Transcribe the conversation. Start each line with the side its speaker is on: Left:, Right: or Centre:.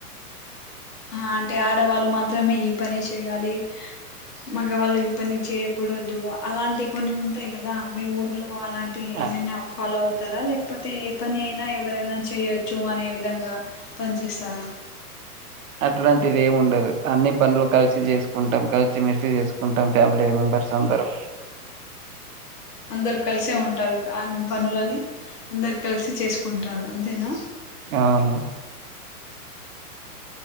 Left: ఆ అంటే ఆడవాళ్ళు మాత్రమే ఈ పనే చేయాలి. మగవాళ్ళు ఈ పని చేయక్. కూడదు అలాంటి కొన్ని ఉంటాయి గదా మీ ఊర్లో. నువ్ అలాంటి ఏమైనా
Right: ఆ,
Left: ఫాలో అవు. తర లేకపోతే ఏ పని ఐనా ఎవరైనా. చేయొచ్చు అనే విధంగా. పన్చేస్తారా.
Right: అట్లాంటిది ఏమి ఉండదు అన్ని పనులు కలిసి చేసుకుంటాం కలిసి. మస్ చేసుకుంటాం ఫ్యామిలీ మెంబర్స్ అందరూ
Left: అందరు కలిసే ఉంటారు కా పనులని అందరు కలిసి చేసుకుంటారు అంతేనా
Right: ఆను